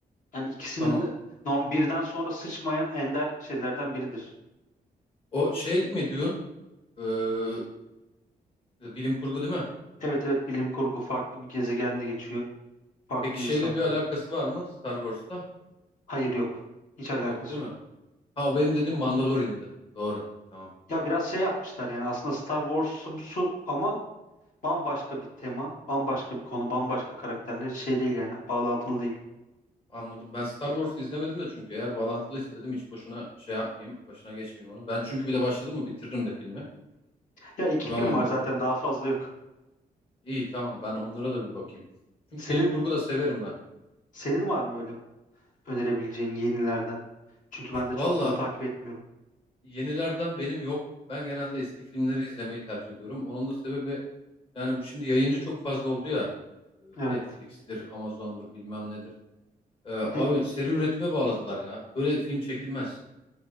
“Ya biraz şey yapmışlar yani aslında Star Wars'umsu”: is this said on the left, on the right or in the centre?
Left